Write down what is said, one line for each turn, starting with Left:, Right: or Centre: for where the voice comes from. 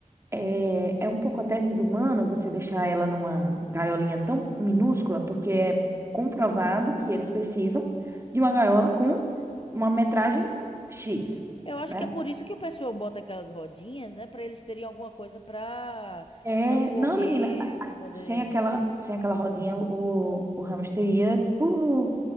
Right: é, é um pouco até desumano você deixar ela numa gaiolinha tão minúscula, porque é comprovado que eles precisam de uma gaiola com uma metragem X,
Left: eu acho
Right: né?
Left: que é por isso que o pessoal bota aquelas rodinhas, né? Pra eles terem alguma coisa pra,
Right: É,
Left: pra correr,
Right: não, menina,
Left: pra poder.
Right: sem aquela, sem aquela rodinha, o, o hamster ia, tipo,